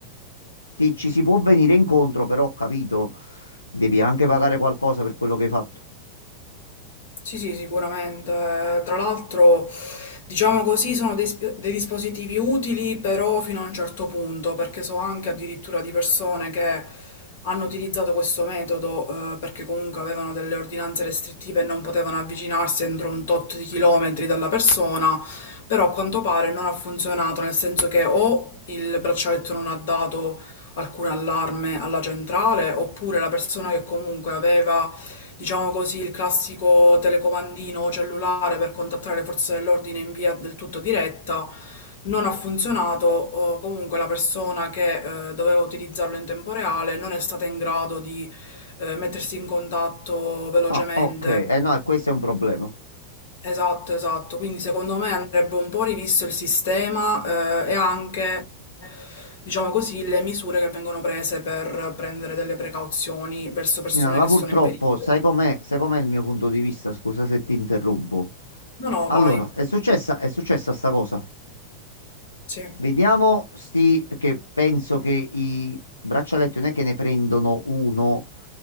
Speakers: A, on the left; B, on the left.
A: ti- ci si può venire incontro, però ho capito, devi anche pagare qualcosa per quello che hai fatto.
B: Sì, sì, sicuramente. Tra l'altro, diciamo così, sono dei, sp- dei dispositivi utili, però fino a un certo punto, perché so anche addirittura di persone che hanno utilizzato questo metodo, eh, perché comunque avevano delle ordinanze restrittive e non potevano avvicinarsi entro un tot di chilometri dalla persona, però a quanto pare non ha funzionato, nel senso che o il braccialetto non ha dato alcun allarme alla centrale, oppure la persona che comunque aveva diciamo così, il classico telecomandino cellulare per contattare le forze dell'ordine in via del tutto diretta. Non ha funzionato, o comunque la persona che eh, doveva utilizzarlo in tempo reale non è stata in grado di eh, mettersi in contatto velocemente.
A: Ah, ok, eh no, e questo è un problema.
B: Esatto, esatto. Quindi secondo me andrebbe un po' rivisto il sistema eh, e anche, diciamo così, le misure che vengono prese per prendere delle precauzioni verso persone
A: Tina, Là
B: che
A: purtroppo,
B: sono in pericolo.
A: sai com'è, sai com'è il mio punto di vista? Scusa se ti interrompo.
B: No, no,
A: Allora,
B: vai.
A: è successa, è successa sta cosa.
B: Sì.
A: Vediamo sti, perché penso che i braccialetti non è che ne prendono uno